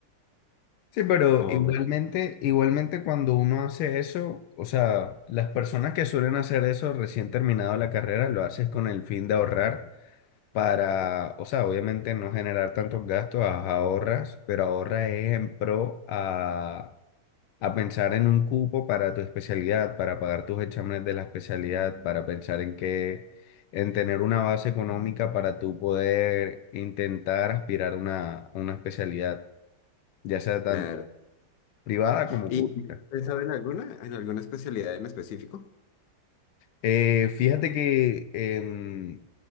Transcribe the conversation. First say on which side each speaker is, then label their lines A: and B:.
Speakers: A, on the left (about 85°); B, on the left (about 65°).
A: Sí, pero
B: O
A: igualmente,
B: menos,
A: igualmente cuando uno hace eso, o sea, las personas que suelen hacer eso recién terminado la carrera, lo haces con el fin de ahorrar para,
B: sí,
A: o sea, obviamente no generar tantos gastos, a- ahorras, pero ahorra es en pro a, a pensar en un cupo para tu especialidad, para pagar tus exámenes de la especialidad, para pensar en que, en tener una base económica para tú poder intentar aspirar a una, a una especialidad, ya sea tanto
B: claro.
A: privada como
B: ¿Y
A: pública.
B: pensaba en alguna, en alguna especialidad en específico?
A: Eh, fíjate que em,